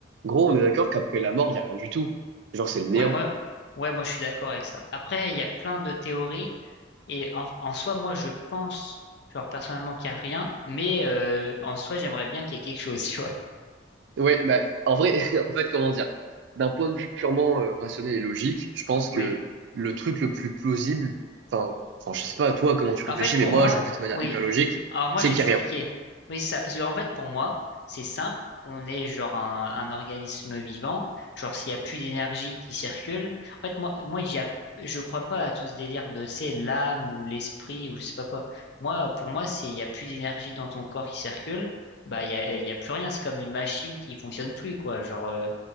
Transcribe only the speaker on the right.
Gros, on est d'accord qu'après la mort, il n'y a rien du tout. Genre, c'est le néant.
Ouais, bah, en vrai, <laughs> en fait, comment dire? D'un point de vue purement euh, rationnel et logique, je pense que
le truc le plus plausible, enfin, enfin, je sais pas à toi comment tu réfléchis,
mais moi,
je réfléchis de manière
hyper logique,
c'est
qu'il
y a rien.